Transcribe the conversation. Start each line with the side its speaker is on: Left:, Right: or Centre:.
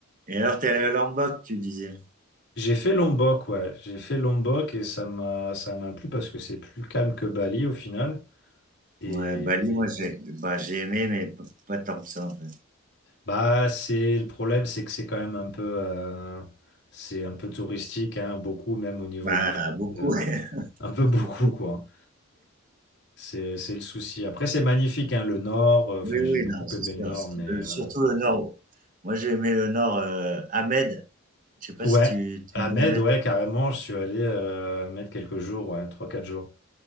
Right: Et alors, t'es allé à Lombok, tu disais?
Left: J'ai fait Lombok, ouais, j'ai fait Lombok et ça m'a, ça m'a plu parce que c'est plus calme que Bali au final. Et
Right: Ouais, Bali, moi, j'ai bah, j'ai aimé, mais p- pas tant que ça, en fait.
Left: bah, c'est le problème, c'est que c'est quand même un peu, euh, c'est un peu touristique, hein, beaucoup même au niveau
Right: Bah,
Left: du, sud,
Right: beaucoup,
Left: euh,
Right: <laughs>
Left: un peu <laughs> beaucoup
Right: beaucoup.
Left: quoi. C'est, c'est le souci. Après, c'est magnifique, hein, le Nord. euh, Enfin,
Right: Oui,
Left: j'ai
Right: oui,
Left: beaucoup
Right: non, c'est
Left: aimé
Right: sûr.
Left: le Nord,
Right: c'est-
Left: mais... euh,
Right: le- Surtout le nord. Moi, j'ai aimé le nord, euh, Ahmed. Je sais pas
Left: Ouais,
Right: si tu, tu
Left: Ahmed,
Right: dis Ahmed.
Left: ouais, carrément, je suis allé euh, à Ahmed quelques jours, ouais, trois quatre jours.